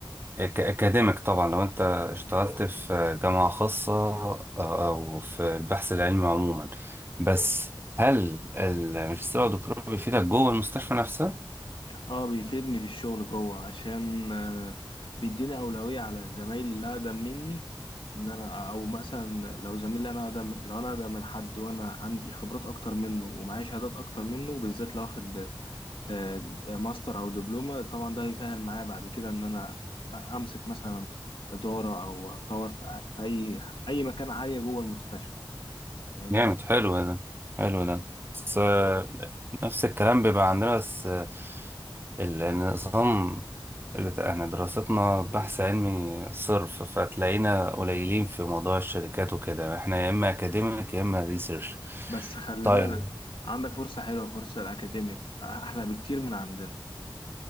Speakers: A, on the right (about 25°); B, on the left (about 85°).
A: كاكاديميك طبعا لو انت اشتغلت في جامعة خاصة او في البحث العلمي عموما بس هل الماجستير او الدكتوراه بيفيدك جوه المستشفى نفسها
B: اه بيفيدني في الشغل جوه عشان آه، بيديني أولوية على زمايلي اللي أقدم مني إن أنا أو مثلا لو زميلي أنا أقدم لو أنا أقدم من حد وأنا عندي خبرات أكتر منه ومعايا شهادات أكتر منه بالذات لو واخد آه، ماستر أو دبلومة طبعا ده هيسهل معايا بعد كده إن أنا أمسك مثلا إدارة أو أتطور في في أي أي مكان عالية جوه المستشفى فاهمني
A: جامد حلو ده حلو ده بس آه، نفس الكلام بيبقى عندنا بس آه، النظام اللي ت- احنا دراستنا بحث علمي صرف فتلاقينا قليلين في موضوع الشركات وكده احنا يا اما اكاديميك يا اما ريسيرش
B: بس خلي
A: طيب
B: بالك عندك فرصة حلوة فرصة الأكاديميك أحلى بكتير من عندنا